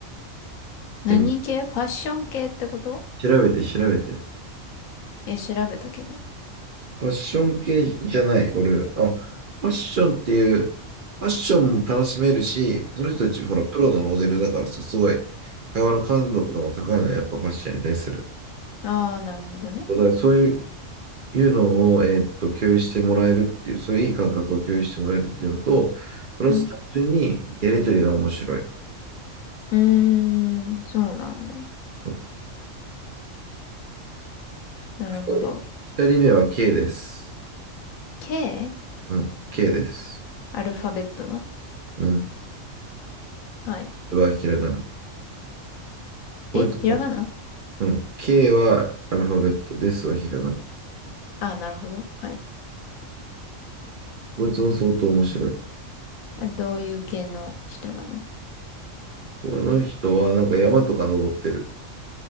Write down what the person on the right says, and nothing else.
で、み調べて調べて。
ファッション系じゃない、俺。あ、ファッションっていう、ファッションも楽しめるし、その人たち、ほら、プロのモデルだからさ、すごい、会話の感度とかも高いのは、やっぱファッションに対する。
だからそういう、いうのを、えーっと、共有してもらえるっていう、そういういい感覚を共有してもらえるっていうのと、プラス単純にやりとりが面白い。
そう。
二人二人目は K です。
うん、K です。
うん、
はひらがな。こいつは
うん、K はアルファベット、ですはひらがな。
こいつも相当面白い。
この人はなんか山とか登ってる。